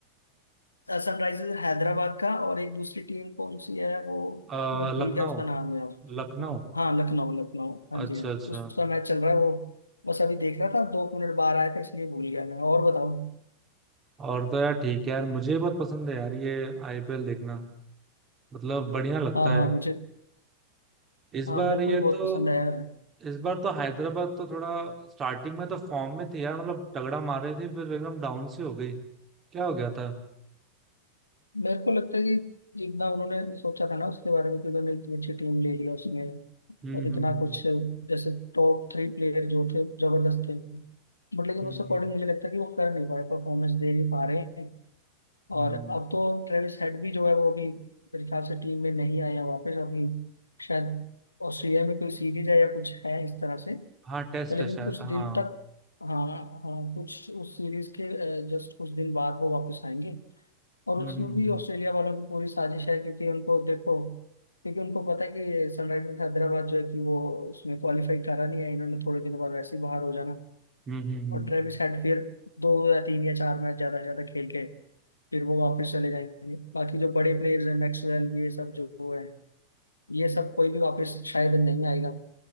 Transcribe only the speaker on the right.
अ,
लखनऊ
लखनऊ
अच्छा
अच्छा
और तो यार ठीक है यार मुझे भी बहुत पसंद है यार ये आईपीएल देखना मतलब बढ़िया लगता
है
इस
बार
ये
तो
इस बार तो हैदराबाद तो थोड़ा स्टार्टिंग में तो फॉर्म में थी यार मतलब तगड़ा मार रही थी फिर एकदम डाउन सी हो गई क्या हो गया था
हम्म
हम्म
हम्म
हम्म,
हम्म।
हाँ टेस्ट
है शायद
हाँ
हम्म
हम्म
हम्म हम्म हम्म,